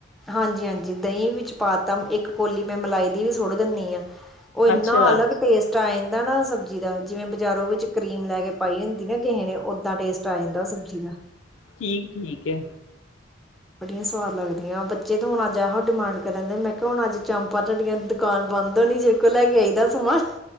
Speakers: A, in the centre; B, on the left.
A: ਹਾਂਜੀ-ਹਾਂਜੀ ਦਹੀਂ ਵਿੱਚ ਪਾ ਤਾ ਇੱਕ ਕੋਲੀ ਮੈਂ ਮਲਾਈ ਦੀ ਵੀ ਸੁੱਟ ਦਿੰਨੀ ਆ। ਉਹ ਇੰਨਾ
B: ਅੱਛਾ,
A: ਅਲਗ ਟੇਸਟ ਆ ਜਾਂਦਾ ਨਾ ਸਬਜ਼ੀ ਦਾ, ਜਿਵੇਂ ਬਾਜ਼ਾਰੋਂ ਵਿੱਚ ਕਰੀਮ ਲੈ ਕੇ ਪਾਈ ਹੁੰਦੀ ਨਾ ਕਿਸੇ ਨੇ ਓਦਾਂ ਟੇਸਟ ਟ ਆ ਜਾਂਦਾ ਸਬਜ਼ੀ ਦਾ।
B: ਠੀਕ ਠੀਕ ਐ।
A: ਬੜੀਆਂ ਸਵਾਦ ਲੱਗਦੀਆਂ ਬੱਚੇ ਤੇ ਹੁਣ ਅੱਜ ਆਹ ਡਿਮਾਂਡ ਕਰਨ ਦਏ ਮੈਂ ਕਿਹਾ ਹੁਣ ਅੱਜ ਚੰਪਾ ਤੁਡੀਆਂ ਦੁਕਾਨ ਬੰਦ ਹੋਣੀ ਜੇ ਕੋ ਲੈ ਕੇ ਆਈਦਾ ਸਮਾਨ।